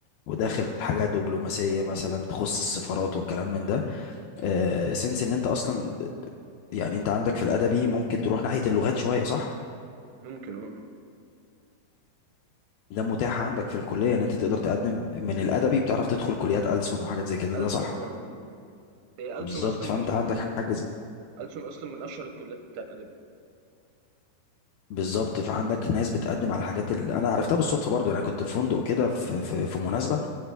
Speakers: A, on the left; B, on the right.
A: وداخل حاجة دبلوماسية مثلا تخص السفارات والكلام من ده
B: إمم،
A: آه سنس ان انت اصلا يعني انت عندك في الادبي ممكن تروح ناحية اللغات شوية صح
B: ممكن آه، آه،
A: ده متاح عندك في الكلية ان انت تقدر تقدم من الادبي بتعرف تدخل كليات ألسن وحاجات زي كده
B: ألسُن
A: ده صح
B: آه، آه، آه. هي
A: بالظبط
B: ألسن أصلا
A: فانت
B: من
A: عندك
B: من من
A: حاجة
B: ألسن أصلا من أشهر الكليات بتاعة أدبي
A: بالظبط فعندك ناس بتقدم على الحاجات اللي انا عرفتها بالصدفه برضو انا كنت في فندق كده في في في مناسبه